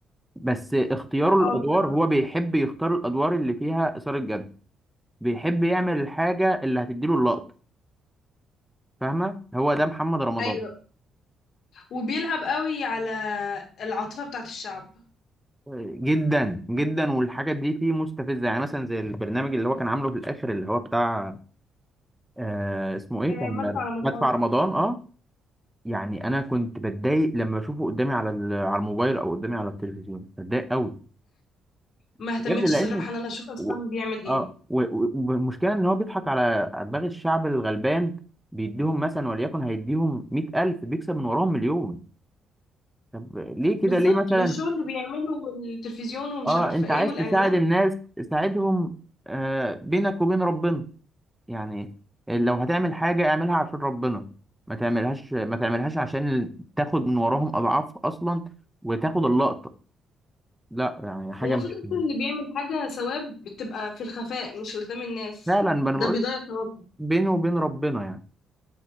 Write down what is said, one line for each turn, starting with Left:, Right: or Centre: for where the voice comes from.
Centre: بس اختياره الادوار
Left: اه الصراحة
Centre: هو بيحب يختار الادوار اللي فيها اثاره جد بيحب يعمل الحاجه اللي هتديله اللقطه فاهمه هو ده محمد رمضان
Left: ايوه وبيلعب قوي على العاطفة بتاعت الشعب
Centre: جدا جدا والحاجات دي فيه مستفزه يعني مثلا زي البرنامج اللي هو كان عامله في الاخر اللي هو بتاع آه اسمه ايه
Left: إيه،
Centre: كان
Left: مدفع رمضان
Centre: مدفع رمضان اه يعني انا كنت بتضايق لما بشوفه قدامي على ال- على الموبايل او قدامي على التلفزيون بتضايق قوي بجد
Left: ما اهتمتش
Centre: لان
Left: الصراحة ان انا اشوف اصلا
Centre: و...
Left: بيعمل ايه
Centre: اه و- و- والمشكله ان هو بيضحك على على دماغ الشعب الغلبان بيديهم مثلا وليكن هيديهم 100000 بيكسب من وراهم مليون طب ليه كده
Left: بالظبط
Centre: ليه مثلا
Left: بالشغل اللي بيعمله والتلفزيون ومش
Centre: اه
Left: عارفة
Centre: انت
Left: ايه
Centre: عايز
Left: والإعلانات
Centre: تساعد الناس تساعدهم آه بينك وبين ربنا يعني لو هتعمل حاجة اعملها عشان ربنا ما تعملهاش ما تعملهاش عشان ال- تاخد من وراهم اضعاف اصلا وتاخد اللقطة لا يعني حاجة
Left: ومفروض
Centre: مش
Left: أصلا اللي بيعمل حاجة ثواب بتبقى في الخفاء مش قدام الناس
Centre: فعلا ما انا
Left: ده
Centre: بقول
Left: بيضيع
Centre: لك
Left: ثوابه
Centre: بينه وبين ربنا يعني